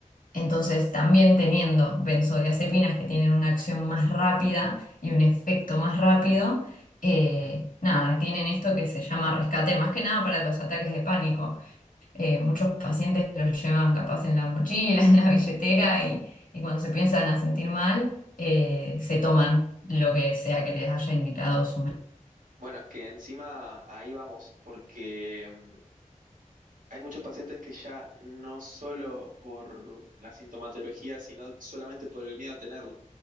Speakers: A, on the left; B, on the right.
A: entonces, también teniendo benzodiazepinas que tienen una acción más rápida y un efecto más rápido, eh, nada, tienen esto que se llama rescate, más que nada para los ataques de pánico. Eh, muchos pacientes los llevan capaz en la mochila, <laughs> en la billetera y, y cuando se piensan a sentir mal, eh, se toman lo que sea que les haya indicado su
B: Bueno, es que encima ahí vamos, porque mm, hay muchos pacientes que ya no solo por la sintomatología, sino solamente por el miedo a tenerlo.